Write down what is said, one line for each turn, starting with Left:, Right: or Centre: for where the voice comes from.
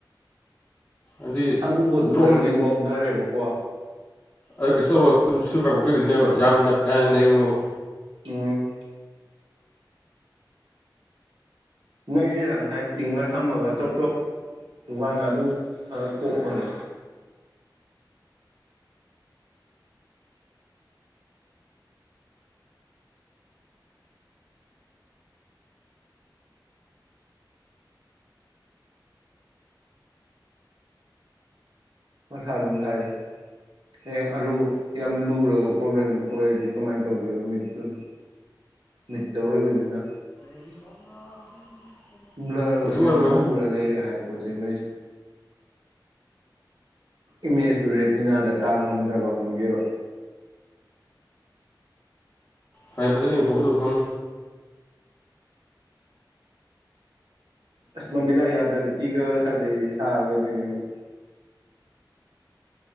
Left: ꯑꯗꯤ
Right: ꯑꯃꯨꯕꯗꯨ
Left: ꯗ꯭ꯔꯣꯞ
Right: ꯈꯔꯗꯤ ꯋꯥꯎꯊ꯭ꯔꯦꯕꯀꯣ꯫
Left: ꯑꯗꯨ ꯀꯩꯁꯨꯨꯨ ꯇꯧꯔꯣꯏꯕ ꯁꯨꯝ ꯁꯨꯔ ꯀꯥꯟ ꯀꯣꯛꯆꯈꯤꯁꯤꯅꯦꯕ ꯌꯥꯝꯅ ꯀꯥꯍꯦꯟꯅ ꯅꯩꯔꯨꯅꯣꯕ
Right: ꯎꯝ ꯅꯩꯗꯦꯗ ꯉꯁꯥꯏ ꯇꯤꯡꯉ ꯊꯝꯃꯒ ꯆꯣꯞ ꯆꯣꯞ ꯁꯨꯀꯥꯟꯗ ꯑꯗꯨꯝ ꯈꯔ ꯄꯣꯛꯄꯅꯤ ꯃꯊꯥꯗꯨꯝ ꯁꯥꯏꯗ ꯍꯌꯦꯡ ꯑꯔꯨ ꯌꯥꯝ ꯂꯨꯔꯒ ꯄ꯭ꯔꯣꯕ꯭ꯂꯦꯝ ꯑꯣꯏꯔꯗꯤ ꯀꯃꯥꯏꯅ ꯇꯧꯗꯣꯏꯅꯣ ꯃꯤꯠꯇꯨꯅ ꯃꯤꯠꯇ ꯑꯣꯏꯕꯅꯤꯅ
Left: <unintelligible>
Right: ꯕ꯭ꯂꯔ
Left: ꯀꯩꯁꯨ
Right: ꯑꯣꯏꯅ
Left: ꯑꯣꯏꯔꯝꯃꯣꯏꯍꯦ
Right: ꯑꯗꯨꯝ ꯎꯔ ꯂꯩꯔꯦ ꯍꯥꯏꯕ ꯄꯣꯠ ꯆꯩꯩ ꯃꯩꯁꯨ ꯏꯃꯦꯖꯇꯨ ꯔꯦꯇꯤꯅꯥꯗ ꯇꯥꯉꯝꯗ꯭ꯔꯕ ꯈꯪꯗꯦꯕ
Left: ꯍꯌꯦꯡ ꯐꯖꯅ ꯌꯦꯡꯊꯣꯛꯑ ꯑꯗꯨꯕꯨ ꯈꯪ
Right: ꯑꯁ ꯃꯃꯤꯠ ꯂꯥ ꯌꯥꯗ꯭ꯔꯗꯤ ꯐꯤ ꯈꯔ ꯁꯥꯖꯩꯁꯤ ꯁꯥꯔꯣꯏꯗꯣꯏꯅꯦ ꯑꯃꯨꯛ